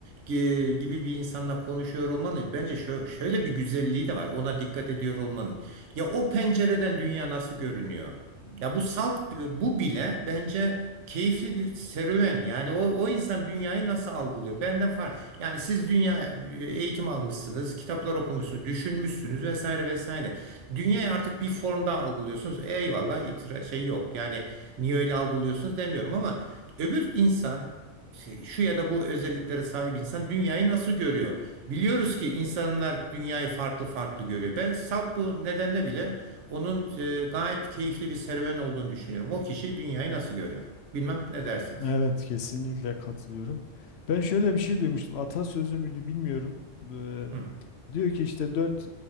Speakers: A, on the right; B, on the left.
A: gi- gibi bir insanla konuşuyor olmanın bence şö- şöyle bir güzelliği de var. Ona dikkat ediyor olmanın. Ya o pencereden dünya nasıl görünüyor? Ya bu salt bu bile bence keyifli bir serüven. Yani o, o insan dünyayı nasıl algılıyor? Benden fark. Yani siz dünya e, eğitim almışsınız, kitaplar okumuşsunuz, düşünmüşsünüz vesaire vesaire. Dünyayı artık bir formda algılıyorsunuz. Eyvallah itira şey yok. Yani niye öyle algılıyorsunuz demiyorum ama öbür insan şey- şu ya da bu özelliklere sahip insan dünyayı nasıl görüyor? Biliyoruz ki insanlar dünyayı farklı farklı görüyor. Ben salt bu nedenle bile onun e, gayet keyifli bir serüven olduğunu düşünüyorum. O kişi dünyayı nasıl görüyor? Bilmem ne dersiniz?
B: Evet, kesinlikle katılıyorum. Ben şöyle bir şey duymuştum. Atasözü müydü bilmiyorum. Ee,
A: Hı
B: diyor ki işte dört,